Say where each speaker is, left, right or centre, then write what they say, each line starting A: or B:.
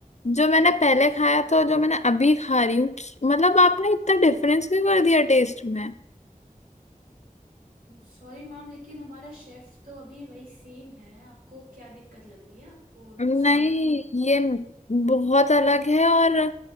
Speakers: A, on the left; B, on the right.
A: जो मैंने पहले खाया था और जो मैंने अभी खा रही हूँ कि- मतलब आपने इतना डिफरेंस क्यों कर दिया टेस्ट में
B: सॉरी मैम लेकिन हमारा शेफ तो अभी वही सेम है आपको क्या दिक्कत लग रही है आपको
A: नहीं
B: सॉल्ट की
A: ये बहुत अलग है और अ,